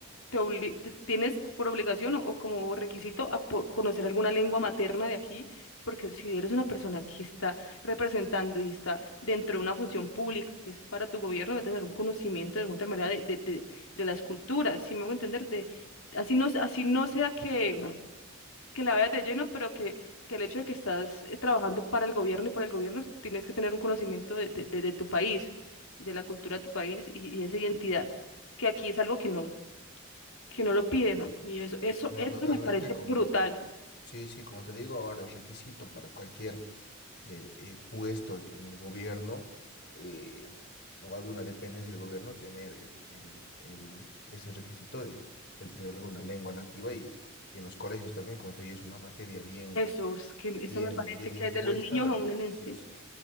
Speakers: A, on the left (about 80°); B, on the left (about 55°).
A: te, obli- te- tienes por obligación o, o como requisito a po- conocer alguna lengua materna de aquí, porque si eres una persona que está representando y está dentro de una función pública que es para tu gobierno, debe tener un conocimiento de alguna otra manera de, de, de, de las culturas, si me hago entender? De, así no, así no sea que que la veas de lleno, pero que, que el hecho de que estás eh, trabajando para el gobierno y por el gobierno, tienes que tener un conocimiento de, de- de- de tu país, de la cultura de tu país y, y esa identidad, que aquí es algo que no, que no lo piden. Y eso, eso,
B: No,
A: eso
B: totalmente,
A: me parece
B: como,
A: brutal.
B: sí, sí, como te digo, ahora es requisito para cualquier eh, eh, puesto en el gobierno eh, o alguna dependencia del gobierno tener el, el- el- ese requisito de, de- de alguna lengua nativa y, y en los colegios también, como te digo, es una materia bien,
A: Eso, es que, eso
B: bien,
A: me parece
B: bien
A: que
B: impuesta
A: desde los niños
B: donde
A: aún en enseñan.
B: sí o sí.